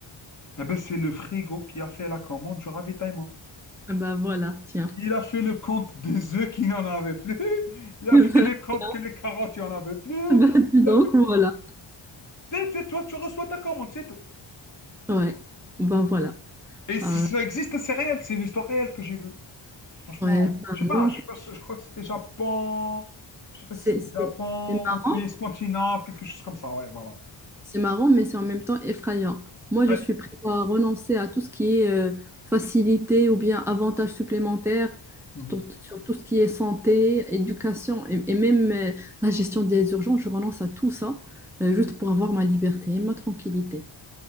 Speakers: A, on the left (about 40°); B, in the centre.
A: Eh ben, c'est le frigo qui a fait la commande du ravitaillement.
B: Ah ben voilà, tiens.
A: Il a fait le compte des œufs qu'il n'y en avait plus. Il a
B: <laughs> Eh
A: fait
B: Ben,
A: le compte
B: tiens.
A: que les carottes, il n'y en avait plus.
B: Ben, dis
A: Il
B: donc,
A: a fait,
B: voilà.
A: T'es- t'es- toi, tu reçois ta commande, c'est tout.
B: Ouais, ben voilà.
A: Et si
B: Ah,
A: ça existe, c'est réel, c'est une histoire réelle que j'ai vue. Franchement,
B: ouais, enfin,
A: je sais pas,
B: non,
A: je sais pas, si, je crois que c'était Japon, je sais pas
B: c'est
A: si c'était
B: c'est-
A: Japon
B: c'est marrant,
A: ou pays scandinave, quelque chose comme ça, ouais, voilà.
B: c'est marrant, mais c'est en même temps effrayant. Moi,
A: Ouais.
B: je suis prête à renoncer à tout ce qui est euh, facilité ou bien avantage supplémentaire
A: Mhm.
B: sur, sur tout ce qui est santé, éducation et, et même euh, la gestion des urgences. Je renonce à tout ça euh, juste pour avoir ma liberté et ma tranquillité.